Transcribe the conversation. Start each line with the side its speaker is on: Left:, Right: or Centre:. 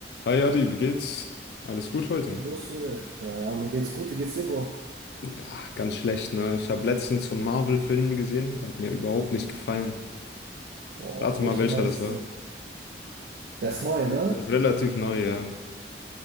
Left: Hi Adi, wie geht's? Alles gut heute?
Right: Hey Josse, ja, ja, mir geht's gut. Wie geht's dir, Bro?
Left: Ja, ganz schlecht, ne? Ich habe letztens so einen Marvel-Film gesehen, der hat mir überhaupt nicht gefallen.
Right: Boah,
Left: Rate
Right: welchen
Left: mal, welcher
Right: meinst
Left: das war.
Right: du? Der
Left: Das,
Right: ist neu,
Left: das
Right: ne?
Left: ist relativ neu, ja.